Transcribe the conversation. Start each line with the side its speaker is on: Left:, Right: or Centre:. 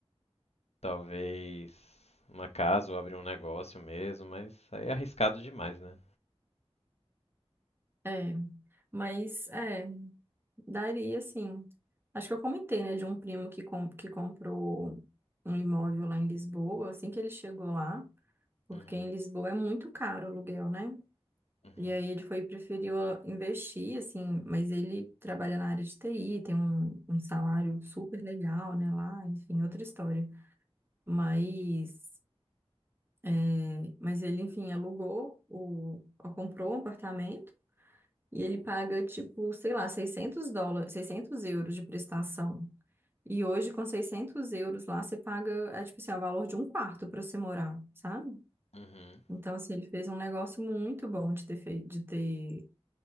Left: talvez uma casa ou abrir um negócio mesmo, mas aí é arriscado demais, né?
Right: É. Mas, é, daria sim. Acho que eu comentei, né, de um primo que, com, que comprou um imóvel lá em Lisboa, assim que ele chegou lá, porque
Left: Uhum,
Right: em Lisboa é muito caro o aluguel, né?
Left: uhum,
Right: E aí ele foi e preferiu ah, investir, assim, mas ele trabalha na área de TI, tem um, um salário super legal, né, lá, enfim, outra história. Mas, é, mas ele, enfim, alugou, o, ó, comprou um apartamento e ele paga, tipo, sei lá, 600 dólares, 600 euros de prestação. E hoje, com seiscentos euros lá, você paga, é tipo assim, é o valor de um quarto para você morar, sabe?
Left: uhum,
Right: Então, assim, ele fez um negócio muito bom de ter feito, de ter